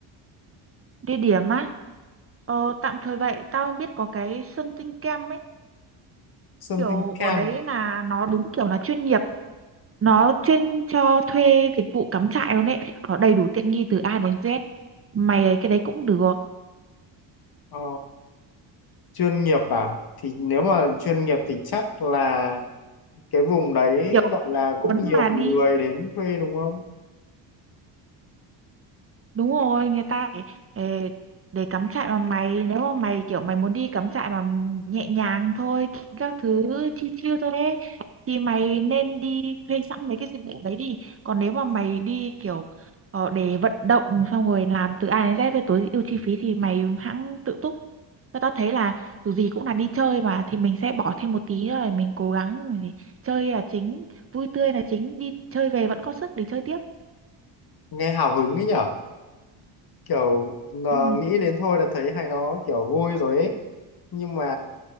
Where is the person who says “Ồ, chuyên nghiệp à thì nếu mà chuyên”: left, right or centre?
Left